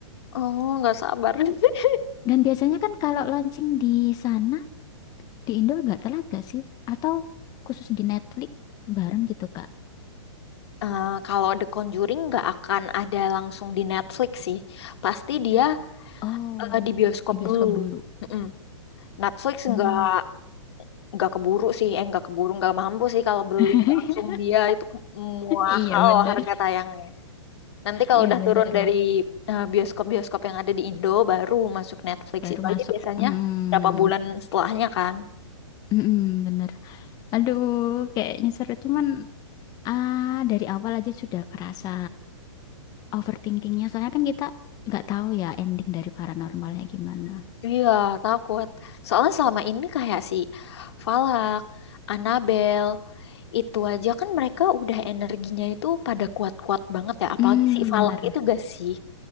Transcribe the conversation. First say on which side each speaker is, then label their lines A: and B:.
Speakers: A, on the left; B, on the left.
A: Oh, nggak sabar. <laughs>
B: dan biasanya kan kalau launching di sana di Indo nggak telat gak sih atau khusus di Netflix bareng gitu Kak
A: Eh, kalau The Conjuring nggak akan ada langsung di Netflix sih. Pasti dia
B: oh
A: eh, di bioskop
B: di bioskop
A: dulu.
B: dulu
A: Mm-mm. Netflix
B: Hmm.
A: nggak nggak keburu sih eh nggak keburu nggak mampu sih kalau beli
B: <laughs>
A: langsung dia itu mahal
B: Iya bener,
A: harga tayangnya nanti kalau
B: iya
A: udah
B: bener
A: turun dari eh, bioskop-bioskop yang ada di Indo baru masuk Netflix
B: baru
A: itu aja
B: masuk.
A: biasanya
B: Hmm,
A: berapa bulan setelahnya kan
B: mm-mm, bener. Aduh, kayaknya seru cuman ah dari awal aja sudah kerasa overthinkingnya. Soalnya kan kita nggak tahu ya ending dari paranormalnya gimana.
A: iya takut soalnya selama ini kayak si Falak Annabelle itu aja kan mereka udah energinya itu pada kuat-kuat banget ya apalagi
B: Hmm,
A: si Falak
B: bener.
A: itu gak sih